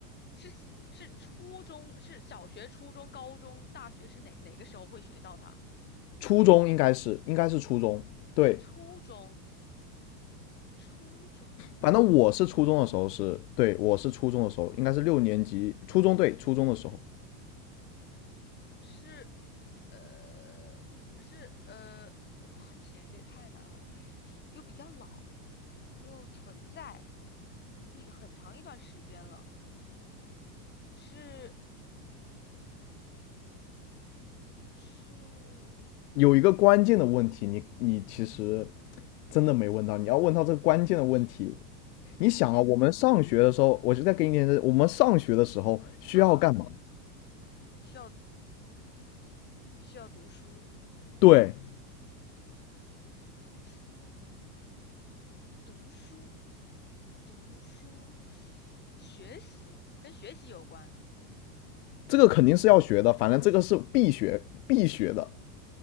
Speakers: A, on the left; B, on the left.
A: 是是初中，是小学、初中、高中、大学是哪哪个时候会学到它？
B: 初中应该是应该是初中，对，
A: 初中，初中
B: 反正我是初中的时候是，对，我是初中的时候，应该是六年级，初中，对，初中的时候。
A: 是呃是呃，我天，这也太难了，是又比较老。又存在一很长一段时间了，是是，
B: 有一个关键的问题，你你其实真的没问到，你要问到这个关键的问题。
A: 我天，
B: 你想啊，
A: 关键的问题
B: 我们上学的时候，我就在给你点我们上学的时候需要干嘛？
A: 啊，需要需要读书，
B: 对，
A: 读书，读书，读书，学习跟学习有关，
B: 这个肯定是要学的，反正这个是必学必学的，